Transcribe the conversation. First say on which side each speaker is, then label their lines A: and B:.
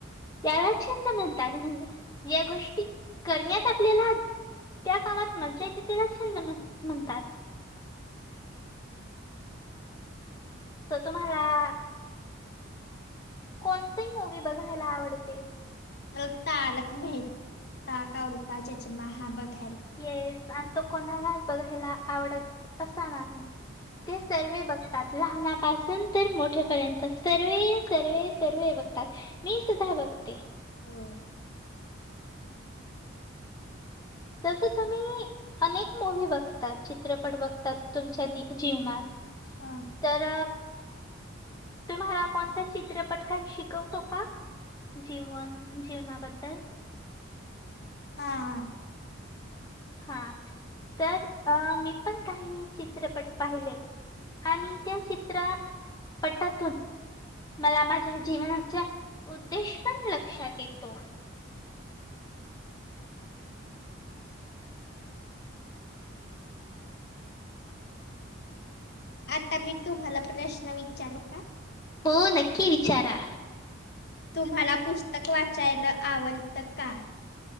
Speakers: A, on the left; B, on the left.
A: याला छंद म्हणतात, म्हणजे या गोष्टी करण्यात आपल्याला- त्या कामात मज्जा येते त्याला छंद नस म्हणतात. सो तुम्हाला- कोणती मूवी बघायला आवडते?
B: मला तारक मेहता का उल्टा चच्मा हा बघ-
A: येस आणि तो कोणालाच बघायला आवडत असा ना. ते सर्व बघ- घतात लहानापासून तर मोठेपर्यंत सर्वे सर्वे सर्वे बघतात. मी सुद्धा बघते.
B: हा
A: तसं
B: त ते <inaudible>
A: तुम्ही अनेक मूवी बघतात चित्रपट बघतात तुमच्या जीवनात-
B: अ
A: तर तुम्हाला कोणता चित्रपट काही शिकवतो का? जीवन जीवनाबद्दल,
B: हा हा
A: हा तर मी पण- काही चित्रपट पाहिले आणि त्या चित्रपटातून- मला माझ्या जीवनाच्या उद्देश पण लक्षात येतो.
B: आता मी तुम्हाला प्रश्न विचारू का?
A: हो नक्की विचारा.
B: तुम्हाला पुस्तक वाचायला आवडतं का?